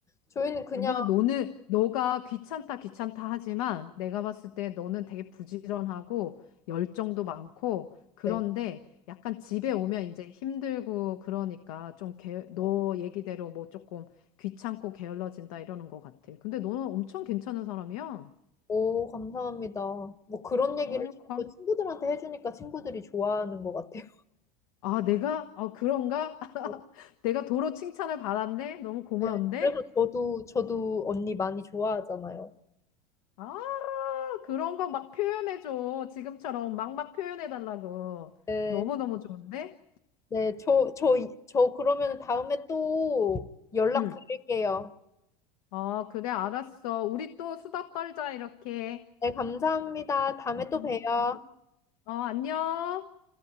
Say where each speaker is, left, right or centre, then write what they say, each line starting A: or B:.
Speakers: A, on the left; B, on the left.
A: 저희는 그냥,
B: 아니야, 너는, 너가 귀찮다, 귀찮다 하지만 내가 봤을 때 너는 되게 부지런하고 열정도 많고 그런데
A: 네,
B: 약간 집에 오면 이제 힘들고 그러니까 좀 게, 너 얘기대로 뭐 조금 귀찮고 게을러진다 이러는 것 같아. 근데 너는 엄청 괜찮은 사람이야.
A: 오, 감사합니다. 뭐 그런 얘기를
B: 아유, 감.
A: 자꾸 친구들한테 해주니까 친구들이 좋아하는 것 같아요.
B: 아, 내가? 아, 그런가? <laughs>
A: <laughs>
B: 내가 도로 칭찬을 받았네? 너무 고마운데?
A: 네, 그래서 저도, 저도 언니 많이 좋아하잖아요.
B: 아, 그런 거 막 표현해줘. 지금처럼 막 막 표현해달라고.
A: 네,
B: 너무너무 좋은데?
A: 네, 저, 저, 이- 저 그러면 다음에 또 연락
B: 응.
A: 드릴게요.
B: 어, 그래, 알았어. 우리 또 수다 떨자, 이렇게.
A: 네, 감사합니다. 다음에 또
B: 응,
A: 봬요.
B: 응. 어, 안녕.